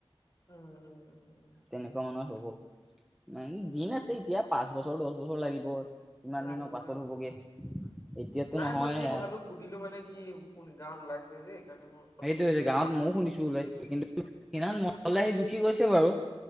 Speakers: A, on the left; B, in the centre.
A: উম উম উম উম
B: তেনেকুৱা মানত হব। উ দিন আছে এতিয়া পাঁচ বছৰ দহ বছৰ লাগিব কিমান
A: লাগিব
B: দিনৰ পাছত
A: লাগিব
B: হ'বগে এতিয়াতো
A: নাই
B: নহয়
A: মই এনেই কথাটো সুধিলো মানে কি কোন গাৱত ওলাইছে। যে সেইকাৰণে মোৰ কথাটো
B: সেইটোয়ে
A: শুন
B: যে গাৱত মইও শুনিছো ওলাই কিন্ত সদি মন আহি জুখি গৈছে বাৰু